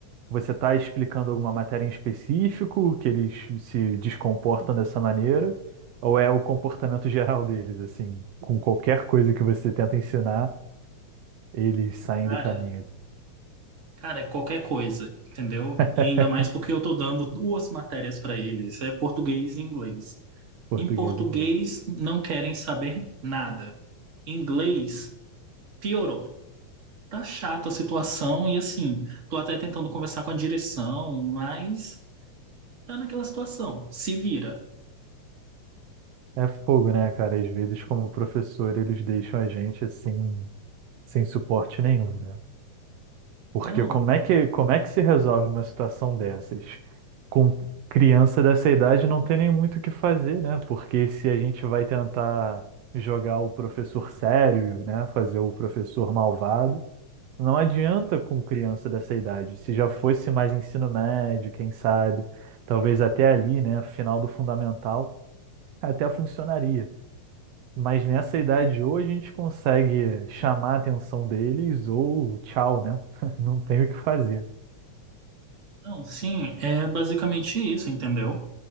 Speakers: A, on the right (about 75°); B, on the right (about 50°).
A: Você está explicando alguma matéria em específico que eles se descomportam dessa maneira? Ou é o comportamento geral deles, assim, com qualquer coisa que você tenta ensinar, eles saem
B: Cara,
A: do caminho? assim?
B: Cara, é qualquer coisa, entendeu?
A: <laughs>
B: E ainda mais porque eu tô dando duas matérias para eles, é português e inglês.
A: Português
B: Em português
A: e inglês.
B: não querem saber nada. Em inglês piorou. Tá chata a situação e assim, tô até tentando conversar com a direção, mas tá naquela situação. Se vira.
A: É fogo, né, cara? Às vezes, como professor, eles deixam a gente assim, sem suporte nenhum, né? Porque
B: Não,
A: como é que, como é que se resolve uma situação dessas? Com criança dessa idade não tem nem muito o que fazer, né? Porque se a gente vai tentar jogar o professor sério, né? Fazer o professor malvado, não adianta com criança dessa idade. Se já fosse mais ensino médio, quem sabe, talvez até ali, né? Final do fundamental, até funcionaria. Mas nessa idade hoje a gente consegue chamar a atenção deles ou tchau, né? <laughs> Não tem o que fazer.
B: não, sim, é basicamente isso, entendeu?